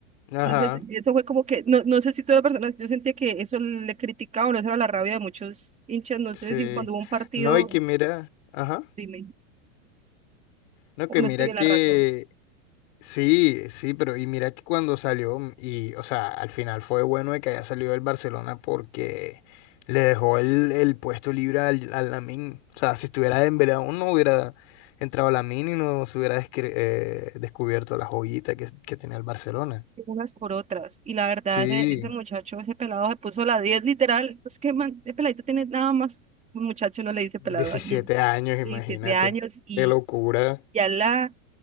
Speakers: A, on the left; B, on the right.
A: Ajá,
B: Entonces, eso fue como que, no, no sé si todas las personas, yo sentía que eso le criticaban, no esa era la rabia de muchos hinchas, no
A: sí.
B: sé si cuando hubo un partido,
A: No, y que mira, ajá.
B: dime,
A: No,
B: o
A: que
B: no
A: mira
B: estudié
A: que
B: la razón,
A: Sí, sí, pero y mira que cuando salió, mm, y o sea, al final fue bueno de que haya salido el Barcelona porque le dejó el, el puesto libre al, al Lamine. O sea, si estuviera Dembélé aún no hubiera entrado Lamine y no se hubiera descre- eh, descubierto la joyita que, que tenía el Barcelona.
B: unas por otras. Y la verdad,
A: Sí,
B: ese, ese muchacho, ese pelado se puso la 10 literal, pues que man, ese peladito tiene nada más, un muchacho no le dice
A: 17
B: pelado aquí,
A: años, imagínate.
B: y siete años, y
A: Qué locura.
B: ya la,